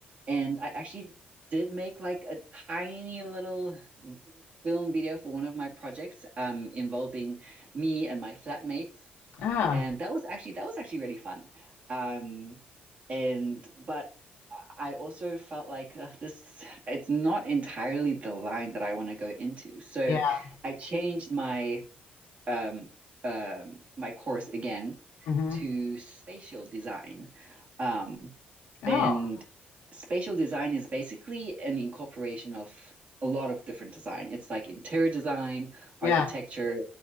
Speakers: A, on the right; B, on the left.
A: And I actually did make like a tiny little mm, film video for one of my projects um, involving me and my flatmates,
B: Ah,
A: and that was actually that was actually really fun. Um, and but I also felt like uh, this it's not entirely the line that I want to go into, so
B: Yeah.
A: I changed my um, um, my course again
B: hmm
A: to spatial design. Um,
B: oh,
A: and spatial design is basically an incorporation of a lot of different design. It's like interior design, architecture,
B: yeah,